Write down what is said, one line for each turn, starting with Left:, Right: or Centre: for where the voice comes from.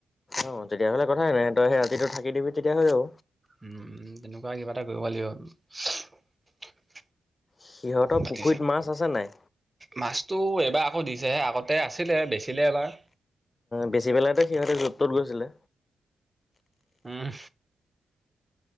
Left: অ' তেতিয়াহলে কথাই নাই তই সেই ৰাতিটো থাকি দিবি তেতিয়া হৈ যাব।
Right: উম তেনেকুৱা কিবা এটা কৰিব লাগিব।
Left: সিহঁতৰ
Right: পাতিছে
Left: পুখুৰীত মাছ আছে নাই?
Right: মাছটো এইবাৰ আকৌ দিছেহে, আগতে আছিলে বেচিলে এবাৰ।
Left: বেচি পেলাইটো সিহঁতে য'ত-ত'ত গৈছিলে।
Right: উম,